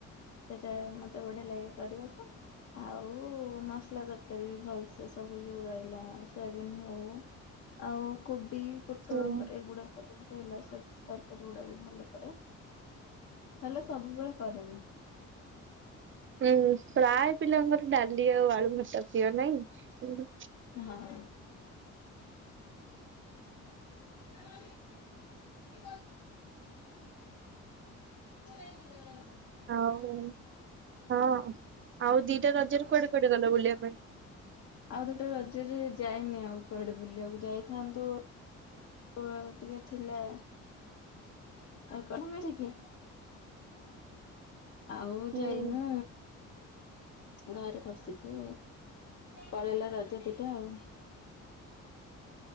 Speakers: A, on the left; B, on the right.
A: ସେଇଟା ମତେ ବଢିଆ ଲାଗେ କରିବାକୁ। ଆଉ ମସଲା ତରକାରୀ ବି ଭଲସେ ସବୁ ଯୋଉ ରହିଲା ସୋୟାବିନ ହଉ। ଆଉ କୋବି ପୋଟଳ
B: ହୁଁ।
A: ଏଗୁଡା ସବୁ। ରହିଲା ସତ୍ ତରକାରୀ ଗୁଡା ବି ଭଲ କରେ ହେଲେ ସବୁବେଳେ କରେନି।
B: ହୁଁ ପ୍ରାୟ ପିଲାଙ୍କର ଡାଲି ଆଉ ଆଳୁଭର୍ତା ପିପ୍ର ନାହିଁ।
A: ହଁ। <inaudible> <inaudible>
B: ହଉ ହଁ ଆଉ ଦିଟା ରଜରେ କୁଆଡେ କୁଆଡେ ଗଲା ବୁଲିବା ପାଇଁ?
A: ଆଉ ଗୋଟେ ରଜରେ ଯାଇନି ଆଉ କୁଆଡେ ବୁଲିବାକୁ ଯାଇଥାନ୍ତୁ ଉଆଗ ଟିକେ ଥିଲା। ଆ କଣ ମିରିକି ଆଉ
B: ହୁଁ
A: ଯାଇନୁ। ଘରେ ବସିକି ପଳେଇଲା ରଜ ଦିଇଟା ଆଉ।